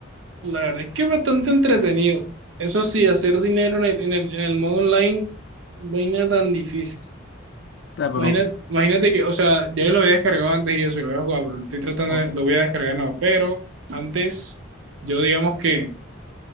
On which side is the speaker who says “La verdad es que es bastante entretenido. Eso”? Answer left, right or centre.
Right